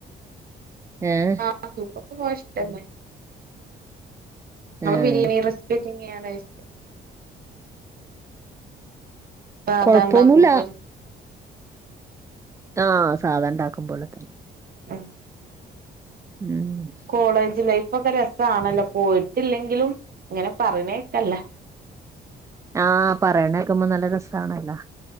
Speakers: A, on the right; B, on the right.
A: ഏഹ്
B: അഹ് ട്ടൂറൊക്കെ പോവാൻ ഇഷ്ട്ടന്നെ <unintelligible>
A: ആഹ്
B: ക്കെങ്ങ്യായാണോ ഷ് സാധാണ്ടാക്കുമ്പോലെ
A: കൊഴപ്പൊന്നുല്ല ആഹ് സാധാണ്ടാക്കുമ്പോലതന്നെ
B: അഹ്
A: ഉം
B: കോളേജ് ലൈഫൊക്കെ രസ്സാണല്ലോ പോയിറ്റില്ലങ്കിലും ങ്ങനെ പറിണേക്കല്ലാ
A: ആഹ് പറിണേക്മ്പോ നല്ല രസാണല്ലാ